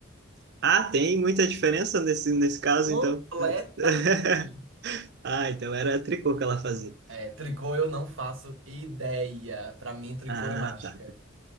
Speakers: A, on the right (about 60°); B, on the right (about 85°).
A: Ah, tem muita diferença nesse, nesse caso,
B: Completamente.
A: então. <laughs> Ah, então era tricô que ela fazia.
B: É, tricô eu não faço ideia. Pra mim, tricô
A: Ah,
B: é mágica.
A: tá,